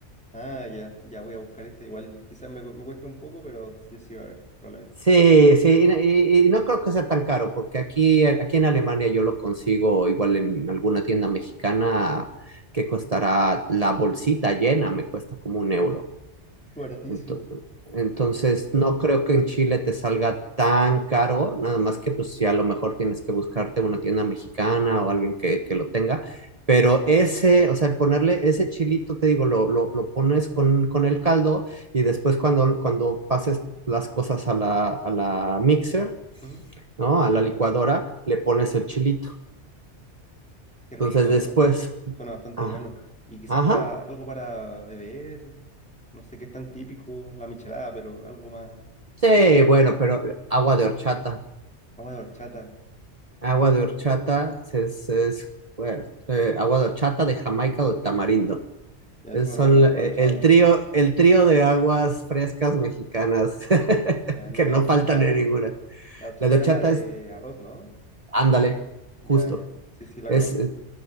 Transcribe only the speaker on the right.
Sí, sí, y, y- y no creo que sea tan caro, porque aquí, aquí en Alemania yo lo consigo igual en alguna tienda mexicana que costará la bolsita llena, me cuesta como un euro.
Ento- Entonces, no creo que en Chile te salga tan caro, nada más que pues si a lo mejor tienes que buscarte una tienda mexicana o alguien que, que lo tenga, pero ese, o sea, el ponerle ese chilito, te digo, lo, lo, lo pones con, con el caldo y después cuando, cuando pases las cosas a la, a la mixer,
¿no? A la licuadora, le pones el chilito.
Entonces, después,
ah,
ajá,
sí, bueno, pero agua de horchata.
Agua de horchata es, es, bueno, eh, agua de horchata de Jamaica o de tamarindo.
Es-
son
la-
eh,
el trío, el trío de aguas frescas mexicanas <laughs>
que no
faltan en ninguna.
La de
horchata
es,
ándale,
justo.
Es,
eh,